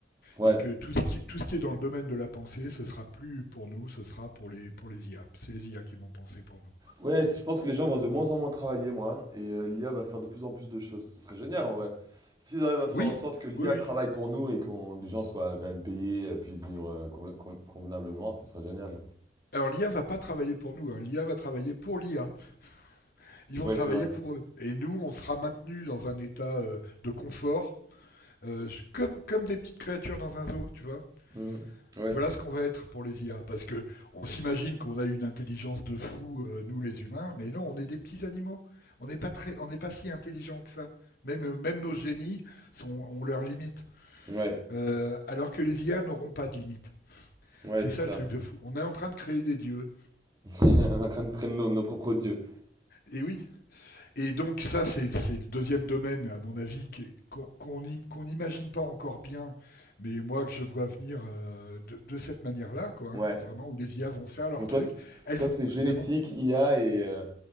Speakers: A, on the right (about 20°); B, on the left (about 55°).
A: Ouais.
B: et que tout ce qui, tout ce qui est dans le domaine de la pensée, ce sera plus pour nous, ce sera pour les, pour les IA. C'est les IA qui vont penser pour nous.
A: Ouais, je pense que les gens vont de moins en moins travailler, moi, et euh, l'IA va faire de plus en plus de choses. Ce serait génial, en vrai. S'ils arrivent à faire
B: Oui,
A: en sorte que l'IA
B: oui, oui.
A: travaille pour nous et qu'on, que les gens soient quand même payés, euh, puissent vivre euh, conven- con- convenablement, ce serait génial.
B: Alors l'IA va pas travailler pour nous, hein. L'IA va travailler pour l'IA. <laughs> Ils vont
A: Ouais,
B: travailler
A: c'est vrai.
B: pour eux. Et nous, on sera maintenus dans un état euh, de confort, euh, comme, comme des petites créatures dans un zoo, tu vois.
A: Mm. Ouais,
B: Voilà ce qu'on va être pour les IA, parce que on s'imagine qu'on a une intelligence de fou, euh, nous les humains, mais non, on est des petits animaux. On n'est pas très, on n'est pas si intelligent que ça. Même, euh, même nos génies sont, ont leurs limites,
A: ouais,
B: Euh, alors que les IA n'auront pas de limites.
A: ouais,
B: C'est
A: c'est
B: ça
A: ça.
B: le truc de fou. On est en train de créer des dieux.
A: <laughs> On est en train de traîner nos, nos propres dieux.
B: Et oui. Et donc ça, c'est, c'est le deuxième domaine, à mon avis, qui- qu'on, qu'on im- qu'on n'imagine pas encore bien, mais moi que je vois venir euh, de, de cette manière-là, quoi. hein.
A: Ouais.
B: vraiment, où les IA vont faire leur
A: Donc
B: truc.
A: toi, c'est-
B: Elles
A: toi
B: vont,
A: c'est génétique,
B: elles vont,
A: IA et euh,